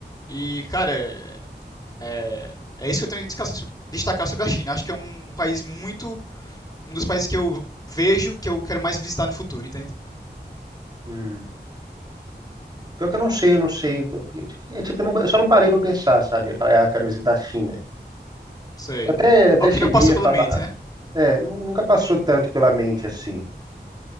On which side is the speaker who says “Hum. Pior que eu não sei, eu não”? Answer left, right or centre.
Right